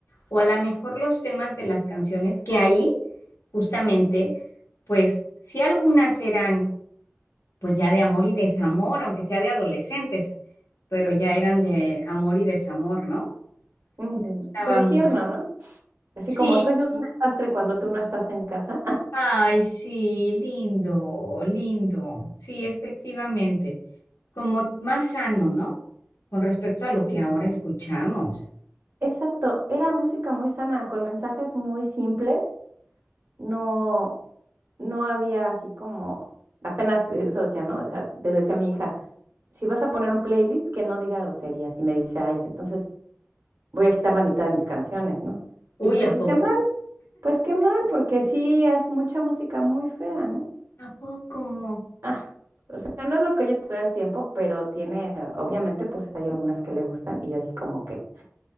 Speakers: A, on the left; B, on the right.
A: o a lo mejor los temas de las canciones, que ahí, justamente, pues sí algunas eran pues ya de amor y desamor, aunque sea de adolescentes, pero ya eran de amor y desamor, ¿no?
B: Mm,
A: Me gustaba
B: pero
A: mucho.
B: tierno, ¿no? Así
A: Sí,
B: como soy un desastre cuando tú no estás en casa.
A: Ay, sí, lindo, lindo. Sí, efectivamente. Como más sano, ¿no? Con respecto a lo que
B: <laughs>
A: ahora escuchamos.
B: Exacto, era música muy sana, con mensajes muy simples, no, no había así como, apenas eh, eso decía, ¿no? O sea, le decía a mi hija, si vas a poner un playlist que no diga groserías, y me dice, ay, entonces voy a quitar la mitad de mis canciones, ¿no?
A: Uy,
B: Y dije,
A: ¿a
B: pues
A: poco?
B: qué mal, pues qué mal, porque sí es mucha música muy fea, ¿no?
A: ¿A poco?
B: Ah, o sea, no es lo que oye todo el tiempo, pero tiene, obviamente, pues hay algunas que le gustan, y yo así como que,